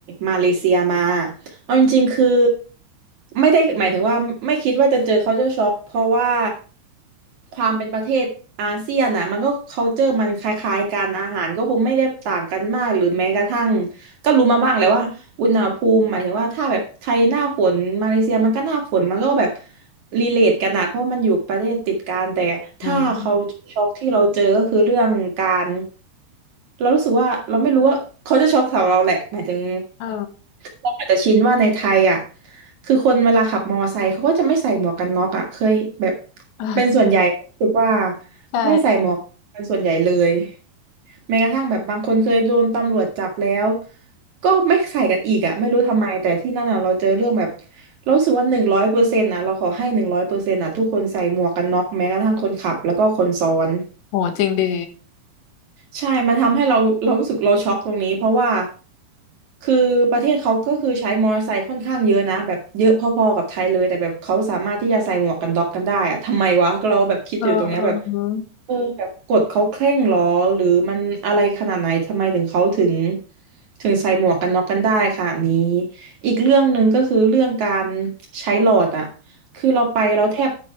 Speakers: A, on the right; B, on the left.
A: มาเลเซียมาเอาจริงๆคือไม่ได้หมายถึงว่าไม่คิดว่าจะเจอ culture shock เพราะว่าความเป็นประเทศอาเซียนอ่ะมันก็ culture มันคล้ายๆกันอาหารก็คงไม่ได้ต่างกันมากหรือแม้กระทั่ง ก็รู้มาบ้างแหล้วว่าอุณหภูมิหมายถึงว่าถ้าแบบไทยหน้าฝนมาเลเซียมันก็หน้าฝนมันก็แบบรีเลทกันนะเพราะมันอยู่ประเทศติดกันแต่ถ้าเขาช็อกที่เราเจอก็คือเรื่องการ
B: อืม
A: เรารู้สึกว่าเราไม่รู้ว่าเขาจะช็อกสำหรับเราแหละหมายถึง
B: เออ
A: เราอาจจะชินว่าในไทยอ่ะ คือคนเวลาขับมอไซค์เขาก็จะไม่ใส่หมวกกันน็อกอ่ะเคยแบบ
B: เออ
A: เป็นส่วนใหญ่รู้สึกว่า
B: ใช่
A: ไม่ใส่หมวกกันส่วนใหญ่เลยแม้กระทั่งแบบบางคนเคยโดนตำรวจจับแล้วก็ไม่ใส่กันอีกอ่ะไม่รู้ทำไมแต่ที่นั่นอ่ะเราเจอเรื่องแบบเรารู้สึกว่าหนึ่งร้อยเปอร์เซ็นต์อ่ะเราขอให้หนึ่งร้อยเปอร์เซ็นต์อ่ะทุกคนใส่หมวกกันน็อกแม้กระทั่งคนขับแล้วก็คนซ้อน
B: โหจริงดี
A: ใช่ มันทำให้เราเรารู้สึกเราช็อกตรงนี้เพราะว่าคือประเทศเขาก็คือใช้มอเตอร์ไซค์ค่อนข้างเยอะนะแบบเยอะพอๆกับไทยเลยแต่แบบเขาสามารถที่จะใส่หมวกกันน็อกกันได้อะทำไมวะเราแบบคิดอยู่ตรงเนี้ยแบบ
B: เออเออเออ
A: เออแบบกฎเขาเคร่งหรอหรือมันอะไรขนาดไหนทำไมถึงเขาถึงถึงใส่หมวกกันน็อกกันได้ค่ะนี้อีกเรื่องหนึ่งก็คือเรื่องการใช้หลอดอะคือเราไปเราแทบ